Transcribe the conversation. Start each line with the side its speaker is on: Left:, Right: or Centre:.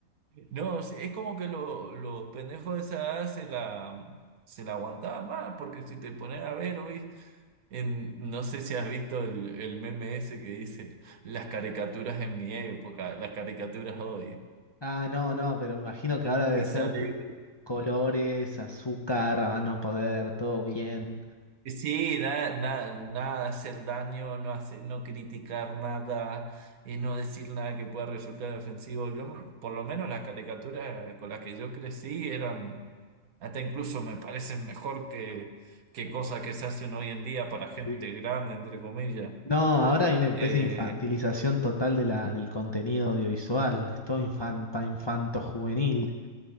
Right: No, sí, es como que lo- los pendejos de esa edad se la, se la aguantaban más, porque si te pones a ver hoy. En- no sé si has visto el, el meme ese que dice las caricaturas en mi época, las caricaturas hoy.
Left: Ah, no, no, pero me imagino que ahora debe
Right: Y
Left: ser
Right: sale,
Left: to- colores, azúcar, a más no poder, todo bien.
Right: sí, da- da- nada, hacer daño, no hacer, no criticar nada y no decir nada que pueda resultar ofensivo. Yo, por lo menos las caricaturas con las que yo crecí eran, hasta incluso me parecen mejor que, que cosas que se hacen hoy en día para gente
Left: Sí.
Right: grande, entre comillas.
Left: No, ahora hay una especie
Right: Eh,
Left: de infantilización total de la, del contenido audiovisual. Es todo infan, para infanto juvenil.